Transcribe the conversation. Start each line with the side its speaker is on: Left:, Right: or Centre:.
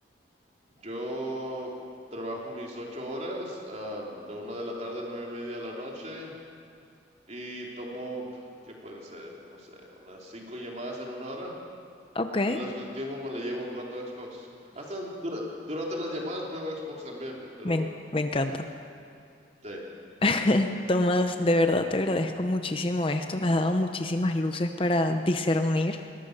Right: Yo trabajo mis 8 horas, am, de una de la tarde a nueve y media de la noche, y tomo, ¿qué puede ser? No sé, unas 5 llamadas en una hora.
Left: Ok,
Right: El resto del tiempo me la llevo jugando Xbox. Hasta en- dura- durante las llamadas juego Xbox también, pero
Left: me, en- me encanta.
Right: sí,
Left: <laughs> Tomás, de verdad te agradezco muchísimo esto. Me has dado muchísimas luces para discernir